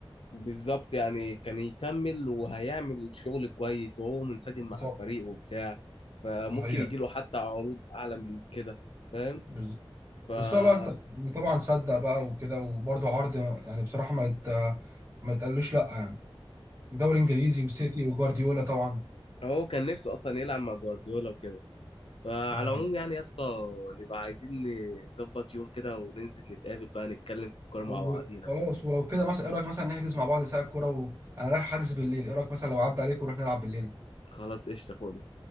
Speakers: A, on the left; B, on the right.
A: بالظبط يعني كان يكمل وهيعمل شغل كويس وهو منسجم
B: بالظبط
A: مع الفريق وبتاع فممكن
B: ده حقيقة
A: يجيله حتى عروض اعلى من كده فاهم
B: بالظبط
A: ف اه
B: بس هو بقى ت- طبعا صدق بقى وكده وبرده عرض يعني بصراحة ما يت... ما يتقالوش لا يعني دوري انجليزي وسيتي وجوارديولا طبعا
A: هو كان نفسه اصلا يلعب مع جوارديولا وكده فعلى
B: تمام
A: العموم يعني يا اسطى نبقى عايزين نظبط يوم كده وننزل نتقابل بقى نتكلم في الكورة مع
B: وخلاص
A: بعضينا بقى
B: ولو كده مثلا ايه رايك مثلا نحجز مع بعض ساعة كورة وانا رايح حجز بالليل ايه رايك مثلا لو عدى عليك ونروح نلعب بالليل
A: خلاص قشطة فل